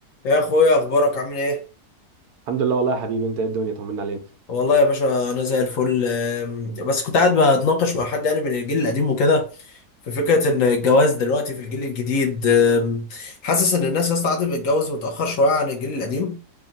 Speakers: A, on the left; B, on the right.
A: يا اخويا اخبارك عامل ايه
B: الحمد لله والله يا حبيبي انت ايه الدنيا طمنا عليك
A: والله يا باشا انا زي الفل أم، بس كنت قاعد بتناقش مع حد يعني من الجيل القديم وكده في فكره ان الجواز دلوقتي في الجيل الجديد أم، حاسس ان الناس يا اسطى قاعده بتتجوز متاخر شويه عن الجيل القديم